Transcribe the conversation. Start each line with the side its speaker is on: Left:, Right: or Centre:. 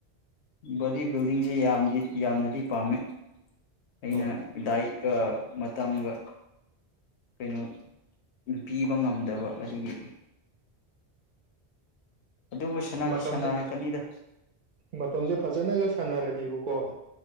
Left: ꯕꯣꯗꯤ ꯕꯤꯜꯗꯤꯡꯁꯤ ꯌꯥꯝꯗꯤ ꯌꯥꯝꯅꯗꯤ ꯄꯥꯝꯃꯤ ꯑꯩꯅ
Right: ꯍꯣꯏ
Left: ꯗꯥꯏ ꯃꯇꯝꯒ ꯀꯩꯅꯣ ꯄꯤꯕ ꯉꯝꯗꯕ ꯑꯗꯨꯒꯤ ꯑꯗꯨꯕꯨ ꯁꯅꯥꯗꯤ
Right: ꯃꯇꯝꯁꯦ
Left: ꯁꯥꯟꯅꯔꯛꯀꯅꯤꯗ
Right: ꯃꯇꯝꯁꯦ ꯐꯖꯅꯒ ꯁꯥꯟꯅꯔꯗꯤ ꯗꯕꯨꯨ ꯀꯣ